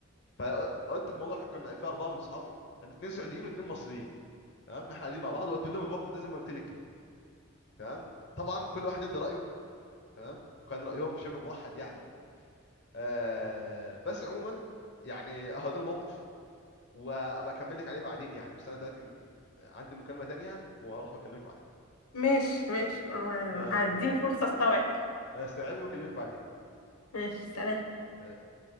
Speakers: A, on the left; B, on the left.
A: فقلت الموضوع احنا كنا في اربعه من اصحابي اثنين سعوديين واثنين مصريين تمام احنا قاعدين مع بعض وقلت لهم الموقف ده زي ما قلت لك كده تمام طبعا كل واحد ادى رايه تمام كان رايهم شبه موحد يعني آه بس عموما يعني اهو ده الموقف وابقى اكمل لك عليه بعدين يعني بس انا دلوقتي م- عندي مكالمه تانية وهروح بكلمك بعدين
B: ماشي ماشي آه،
A: يلا
B: اديني
A: هي
B: فرصة استوعب
A: استوعبي واكلمك بعدين
B: ماشي سلام
A: سلام.